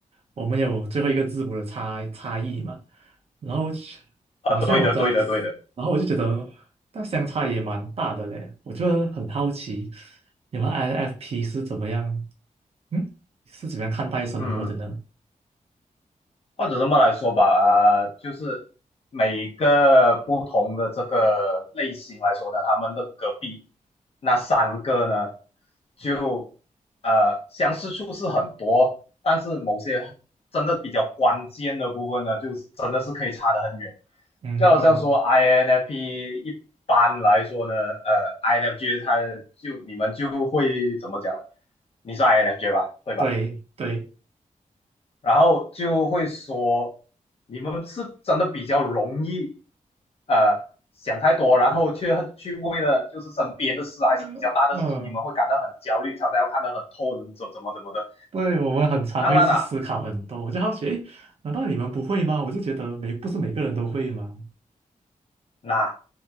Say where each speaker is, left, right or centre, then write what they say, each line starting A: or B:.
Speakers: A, on the right; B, on the left.
A: 我们有最后一个字母的差差异嘛。然后其好像我跟，
B: 啊，对的，对的，对的，
A: 然后我就觉得那相差也蛮大的嘞。我就很好奇，你们 INFP 是怎么样？嗯，是怎么样看待生活的呢？
B: 嗯，或者这么来说吧，呃，就是每个不同的这个类型来说呢，他们的隔壁那三个呢，就呃相似处是很多，但是某些真的比较关键的部分呢，就真的是可以差得很远。
A: 嗯，
B: 就好像说 INFP 一般来说呢，呃，INFJ 它就你们就会怎么讲呢？你是 INFJ 吧，对吧？
A: 对对，
B: 然后就会说你们是真的比较容易，呃，想太多，然后却去为了就是身边的事还是比较大的事情，
A: 嗯嗯。
B: 你们会感到很焦虑，常常要看得很透，怎么怎么怎么的。
A: 对，我们很常会去思考很多，
B: 当然了、啊
A: 我就好奇，诶，难道你们不会吗？我就觉得每不是每个人都会吗？
B: 那